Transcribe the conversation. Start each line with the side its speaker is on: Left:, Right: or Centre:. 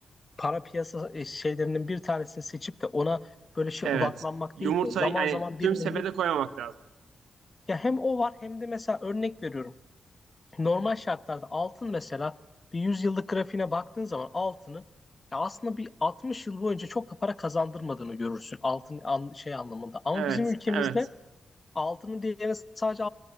Left: para piyasa e, şeylerinin bir tanesini seçip de ona böyle şey
Right: Evet.
Left: odaklanmak
Right: Yumurtayı
Left: değil de zaman
Right: yani
Left: zaman birinin
Right: tüm sepete koymamak lazım.
Left: ya hem o var hem de mesela örnek veriyorum. Normal şartlarda altın mesela bir 100 yıllık grafiğine baktığın zaman altının ya aslında bir 60 yıl boyunca çok da para kazandırmadığını görürsün altın an- şey anlamında. Ama
Right: Evet,
Left: bizim ülkemizde
Right: evet.
Left: altının değerini sadece